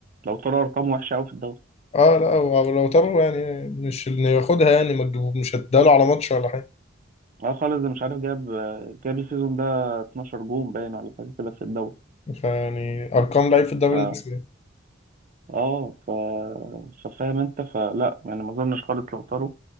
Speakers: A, on the right; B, on the left.
A: لو طار ارقام وحشه قوي في الدوري
B: اه لا هو لو ترى يعني مش انه ياخدها يعني ما تجيبه- مش هتداله على ماتش ولا حاجه
A: اه خالص ده مش عارف جاب آه، جاب السيزون ده 12 جون باين ولا حاجه كده في الدوري
B: فيعني ارقام لعيب في الدوري
A: ف
B: المصري
A: اه ف ففاهم انت فلا يعني ما اظنش خالص لو طاروا